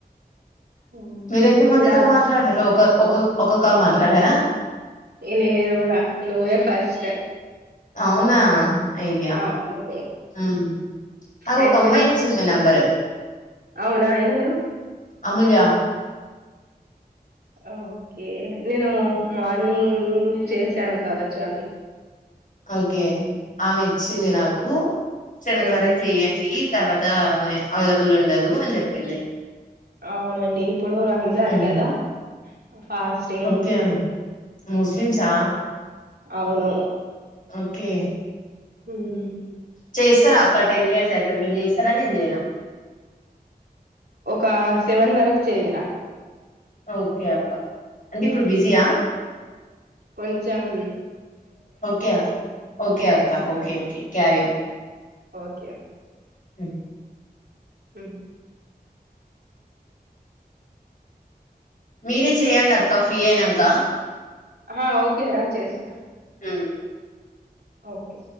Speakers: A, on the right; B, on the left.
A: మ్మ్.
B: మీరు ఎంత మందితో
A: ఇలా
B: మాట్లాడరు ఒక ఒక ఒక కాల్ మాట్లాడార
A: ఇ నేన్ గుడ నువ్వే ఫస్ట్
B: అవునా అయ్యా
A: అవును
B: ఉమ్ అగొక
A: యాక్చువల్లీ
B: అమ్మాయి ఇచ్చింది మీ నంబరు
A: అవునా ఏవరు
B: అముల్య
A: ఓకె నేను మార్నింగ్ చేసాను కావచ్చు ఆమె
B: ఓకే ఆమె ఇచ్చింది నాకు సెవెన్
A: ఆ
B: వరక్ చేయ్యండి తర్వాత ఆమె అవైలబుల్ ఉ ఉండదు అని చెప్పింది
A: అవునండి ఇప్పుడు రంజాన్
B: ఉమ్
A: కదా ఫాస్టింగ్
B: ఓకే
A: ఉంటుంది
B: ముస్లిమ్సా
A: అవును
B: ఓకె
A: హుమ్
B: చేస్తరా అక్క టెన్ మినిట్స్ అయిపోయి మీరు చేస్తరా నేను చేయనా
A: ఒక సెవెన్ వరక్ చెయ్యర
B: ఓకే అక్క అంటే ఇప్పుడు బిజియ
A: కొంచం
B: ఓకే ఓకే అత్త
A: ఆ
B: okay K carry on
A: okay.
B: స
A: హుమ్
B: మీరే చేయ్యండఅక్క ఫ్రీ అయినాక
A: ఆ ఓకే రా చేస్తా
B: హుమ్
A: ఓకె